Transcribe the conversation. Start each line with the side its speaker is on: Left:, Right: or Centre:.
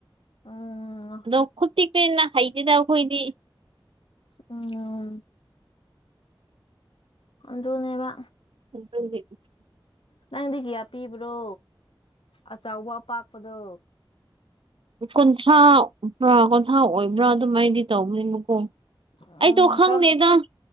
Left: ꯎꯝ
Right: ꯑꯗꯣ ꯈꯨꯇꯤꯛꯇꯤꯅ ꯍꯩꯇꯦꯗ ꯑꯩꯈꯣꯏꯗꯤ
Left: ꯎꯝ ꯑ ꯇꯅꯦꯕ
Right: ꯎ
Left: ꯅꯪꯗꯤ ꯀꯤꯌꯥ ꯄꯤꯕ꯭ꯔꯣ ꯑꯆꯕ ꯑꯄꯥꯛꯄꯗꯣ
Right: ꯀꯨꯟꯊ꯭ꯔꯥ꯭ꯔꯥ ꯀꯨꯟꯊ꯭ꯔꯥ ꯑꯣꯏꯕ꯭ꯔꯥ ꯑꯗꯨꯃꯥꯏꯗꯤ ꯇꯧꯕꯅꯦ ꯃꯈꯀꯣꯡ
Left: ꯎꯝ
Right: ꯑꯩꯁꯨ ꯈꯪꯗꯦꯗ
Left: ꯀꯔꯝ